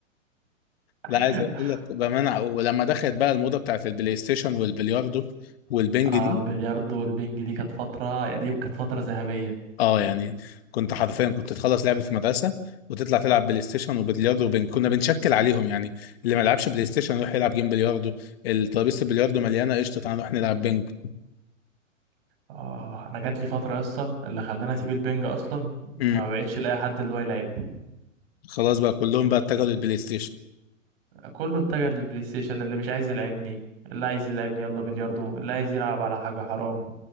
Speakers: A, on the right; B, on the left.
A: <laughs>
B: لا عايز اقول لك بامانه ولما دخلت بقى الموضه بتاعت البلاي ستيشن والبلياردو والبنج
A: اه
B: دي
A: البلياردو والبنج دي كانت فترة يعني دي كانت فترة ذهبية
B: اه يعني كنت حرفيا كنت تخلص لعب في مدرسه وتطلع تلعب بلاي ستيشن وبلياردو وبن... كنا بنشكل عليهم يعني اللي ما لعبش بلاي ستيشن يروح يلعب جيم بلياردو الترابيزه البلياردو مليانه قشطه تعالى نروح نلعب بنج
A: اه انا جات لي فترة يا اسطى اللي خلاني اسيب البنج اصلا
B: امم
A: ما بقتش الاقي حد اللي هو يلعبني
B: خلاص بقى كلهم بقى اتجهوا للبلاي ستيشن
A: كله اتجه للبلاي ستيشن اللي مش عايز يلعبني اللي عايز يلعبني يلا بلياردو اللي عايز يلعب على حاجة حرام